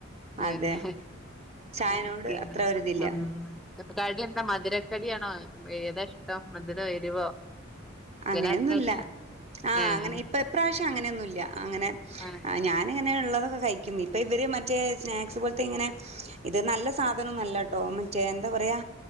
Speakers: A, in the centre; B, on the right (about 30°).
A: പിന്നെ
B: അതെ ചായനോട്
A: ഉം പിന്നെ
B: അത്ര ഒരിതില്ല
A: ഉം കടി എന്താ മധുരക്കടിയാണോ ഏതാ ഇഷ്ടം മധുരോ എരിവോ
B: അങ്ങനെയൊന്നുല്ല
A: ചില ആൾക്കാർക്ക്
B: ആഹ്
A: ഏഹ്
B: അങ്ങനെ ഇപ്പ ഇപ്രാവശ് അങ്ങനെയൊന്നുല്ല അങ്ങനെ
A: ആഹ്
B: ആ ഞാനിങ്ങനെ ഉള്ളതൊക്കെ കഴിക്കും ഇപ്പൊ ഇവര് മ റ്റേ സ്നാക്സ് പോലത്തെ ഇങ്ങനെ ഇത് നല്ല സാധനൊനല്ല ട്ടോ മറ്റേ എന്താ പറയാ